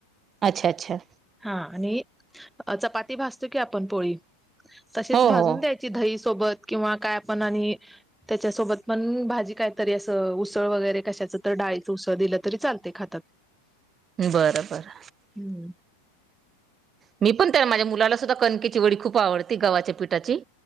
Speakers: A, on the right; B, in the centre.
A: अच्छा अच्छा.
B: हा आणि चपाती भाजतो की आपण पोळी तशीच
A: हो
B: भाजून
A: हो
B: द्या दही सोबत किंवा काय पण आणि त्याच्यासोबत पण भाजी कायतरी असं उसळ वगैरे कशाचं तर डाळीचं उसळ दिलं तरी चालतय खातात.
A: बरं बर
B: हम्म
A: मी पण त्याला माझ्या मुलाला सुद्धा कनकेची वडी खूप आवडती गव्हाच्या पिठाची.